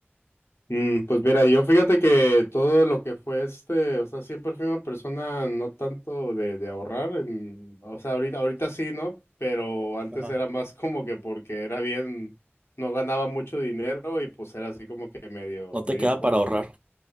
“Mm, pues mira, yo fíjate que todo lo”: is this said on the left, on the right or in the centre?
Left